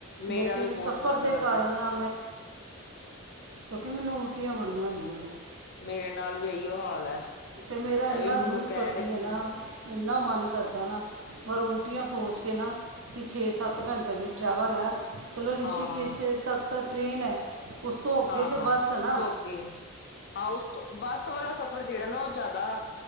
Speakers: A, on the left; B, on the right.
A: ਮੇਰਾ
B: ਲੇਕਿਨ
A: ਵੀ ਬਹੁਤ
B: ਸਫ਼ਰ
A: ਮਨ
B: ਦੇ
A: ਕਰਦਾ
B: ਕਾਰਨ ਮੈਂ ਕਿਉਂਕਿ ਮੈਨੂੰ ਉਲਟੀਆਂ ਬੜੀਆਂ ਆਂਦੀਆਂ ਨੇ।
A: ਮੇਰੇ ਨਾਲ ਵੀ ਇਹੀਓ ਹਾਲ ਹੈ।
B: ਤੇ ਮੇਰਾ ਇਨਾ
A: ਇਹ ਵੀ ਮੈਨੂੰ
B: ਰੂਹ
A: ਕਹਿ
B: ਕਰਦੀ
A: ਰਹੇ ਸੀ
B: ਐ ਨਾ। ਇੰਨਾ ਮਨ ਕਰਦਾ ਹੈ ਨਾ, ਪਰ ਉਲਟੀਆਂ ਸੋਚ ਕੇ ਨਾ, ਕੀ ਛੇ- ਸੱਤ ਘੰਟੇ ਦੀ ਟਰੈਵਲ ਐ, ਚਲੋ ਰਿਸ਼ੀਕੇਸ਼
A: ਹਾਂ,
B: ਦੇ ਤਖ਼ਤ ਟ੍ਰੇਨ ਏ, ਉਸ ਤੋਂ ਅੱਗੇ
A: ਹਾਂ,
B: ਤੇ
A: ਹਾਂ
B: ਬੱਸ ਹੈ
A: ਉਸ
B: ਨਾ
A: ਤੋਂ ਅੱਗੇ, ਹਾਂ ਉਸ ਤੋਂ ਬ ਸ ਵਾਲਾ ਸਫ਼ਰ ਜਿਹੜਾ ਨਾ ਉਹ ਜ਼ਿਆਦਾ,